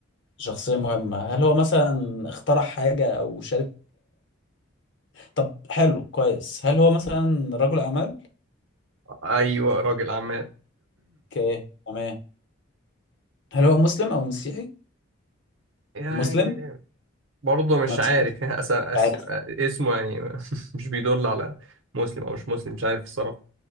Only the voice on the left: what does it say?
شخصية مهمة هل هو مثلا اخترع حاجة أو شارك طب حلو كويس هل هو مثلا رجل أعمال؟
اوكي تمام هل هو مسلم أو مسيحي؟
مسلم؟
ما انت
عارف